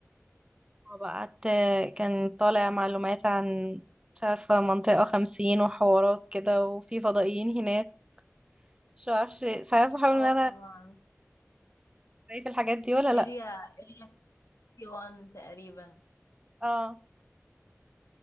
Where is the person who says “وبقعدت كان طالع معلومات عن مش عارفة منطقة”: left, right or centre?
Right